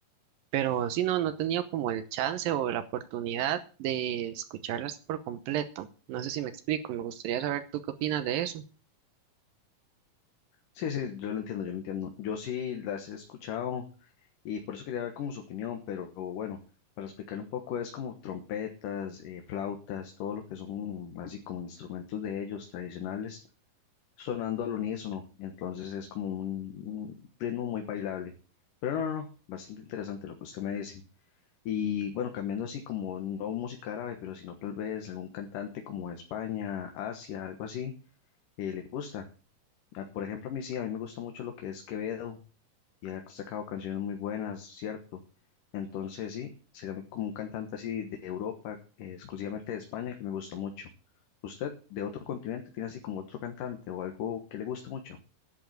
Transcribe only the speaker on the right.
pero sí no, no he tenido como el chance o la oportunidad de escucharlas por completo. No sé si me explico, me gustaría saber tú qué opinas de eso.